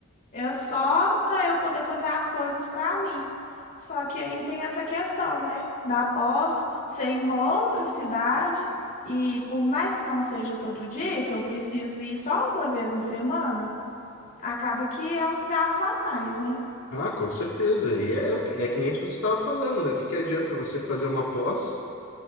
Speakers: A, on the left; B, on the left.
A: é só para eu poder fazer as coisas para mim. Só que aí tem essa questão, né, da pós ser em uma outra cidade e por mais que não seja todo dia, que eu preciso ir só uma vez na semana, acaba que é um gasto a mais, né?
B: Ah, com certeza. E é, o que- é que nem tu- você estava falando, né? O que que adianta você fazer uma pós?